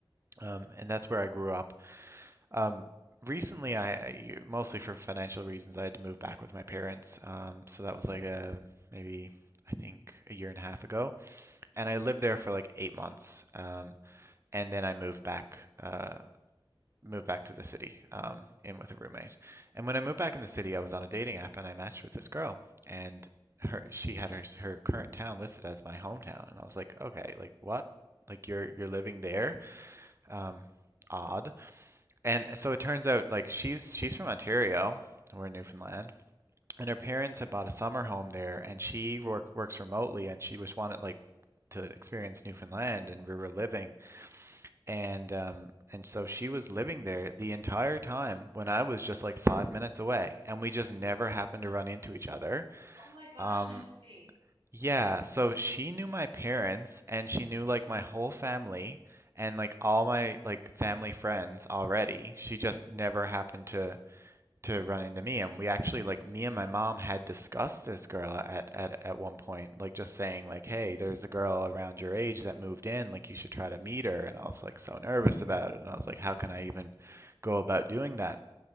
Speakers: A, on the right; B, on the right.
A: Um, and that's where I grew up. Um, recently, I I- mostly for financial reasons, I had to move back with my parents. Um, so that was like a maybe I think a year and a half ago, and I lived there for like eight months. Um, and then I moved back, uh, moved back to the city, um, in with a roommate. And when I moved back in the city, I was on a dating app and I matched with this girl, and her she had her her current town listed as my hometown, and I was like, okay, like what? Like you're you're living there? Um, odd. And so it turns out like she's she's from Ontario, we're in Newfoundland, and her parents had bought a summer home there, and she work, works remotely, and she just wanted like to experience Newfoundland and where we're living, and um and so she was living there the entire time when I was just like five minutes away, and we just never happened to run into each other.
B: oh my gosh,
A: Um,
B: no way.
A: yeah, so she knew my parents, and she knew like my whole family. And like all my like family friends already, she just never happened to to run into me and we actually like me and my mom had discussed this girl at at at one point like just saying like hey there's a girl around your age that moved in like you should try to meet her and I was like so nervous about it and I was like how can I even go about doing that